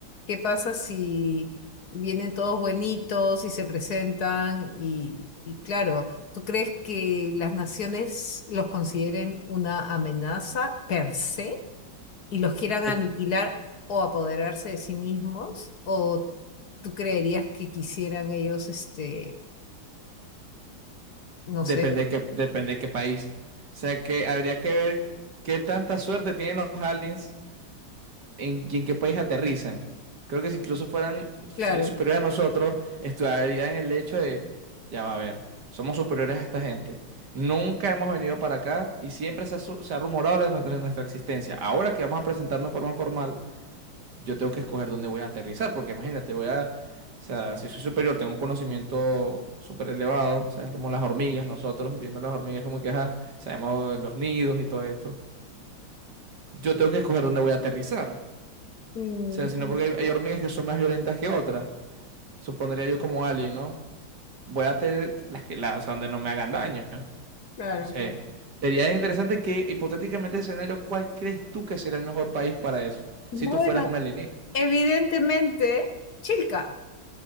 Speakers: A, on the left; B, on the right.
A: ¿qué pasa si vienen todos buenitos y se presentan? Y, y claro, ¿tú crees que las naciones los consideren una amenaza per se y los quieran aniquilar
B: Dep-
A: o apoderarse de sí mismos? ¿O tú creerías que quisieran ellos, este, no
B: Depende
A: sé?
B: de qué, depende de qué país. O sea, que habría que ver qué tanta suerte tienen los aliens en, y en qué país aterrizan. Creo que si incluso fueran seres
A: Claro.
B: superiores a nosotros, estudiarían el hecho de, ya va a ver, somos superiores a esta gente. Nunca hemos venido para acá y siempre se ha, su- se ha rumorado la- nuestra, nuestra existencia. Ahora que vamos a presentarnos de forma formal, yo tengo que escoger dónde voy a aterrizar, porque imagínate, voy a, o sea, si soy superior, tengo un conocimiento súper elevado, o sea, es como las hormigas, nosotros viendo las hormigas como que, ajá, sabemos los nidos y todo esto. Yo tengo que escoger dónde voy a aterrizar.
A: Mm,
B: O sea, sino porque hay, hay hormigas que son más violentas que otras. Supondría yo como alien, ¿no? Voy a tener las que, las, o sea, donde no me hagan daño. No
A: Claro,
B: No sé.
A: claro.
B: Sería interesante que, hipotéticamente, escenario, ¿cuál crees tú que sería el mejor país para eso?
A: Bueno,
B: Si tú fueras un alienígena.
A: Evidentemente, Chilca.